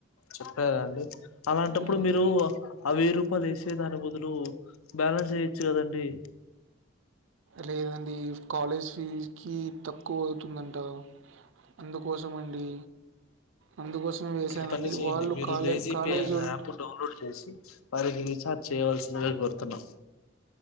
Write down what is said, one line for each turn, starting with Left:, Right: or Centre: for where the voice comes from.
Left: చెప్పారా అండి అలాంటప్పుడు
Right: హ్మ్.
Left: మీరు ఆ వెయ్యి రూపాయలు వేసే దాని బదులు బ్యాలెన్స్ వెయొచ్చు కదండి
Right: లేదండి ఫ్ కాలేజ్ ఫీజ్కి తక్కువ అవుతుందంటా అందుకోసం అండి అందుకోసమే వేసానండి
Left: ఒక పని చేయండి
Right: వాళ్ళు
Left: మీరు
Right: కాలే
Left: లేజీ
Right: కాలేజోల్లు
Left: పే అనే యాప్ డౌన్లోడ్ చేసి వారికి రీఛార్జ్ చేయవలసిందిగా కోర్తున్నాం